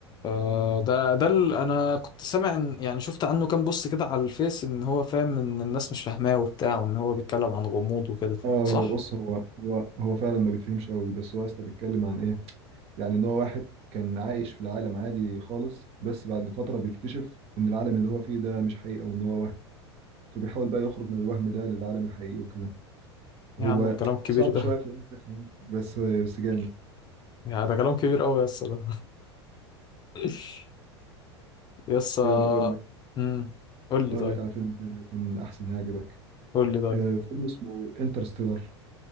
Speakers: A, on the left; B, on the right.
A: آه، ده ده ال- انا كنت سامع ان يعني شفت عنه كام بوست كده على الفيس ان هو فاهم ان الناس مش فاهماه وبتاع وان هو بيتكلم عن غموض وكده
B: اه
A: صح
B: هو بص هو هو هو فعلا ما بيتفهمش قوي بس هو يا اسطى بيتكلم عن ايه يعني ان هو واحد كان عايش في العالم عادي خالص بس بعد فتره بيكتشف ان العالم اللي هو فيه ده مش حقيقه وان هو وهم فبيحاول بقى يخرج من الوهم ده للعالم الحقيقي وكده هو
A: يا عم الكلام الكبير
B: صعب
A: ده
B: شوية
A: <laughs>
B: في إنك تفهمه بس بس جامد
A: يعني ده كلام كبير قوي يا اسطى ده <laughs> يا اسطى
B: يعني هقول لك
A: امم قول
B: هقول
A: لي طيب
B: لك على فيلم تاني هيكون أحسن هيعجبك
A: قول لي طيب
B: آه، فيلم اسمه انترستيلر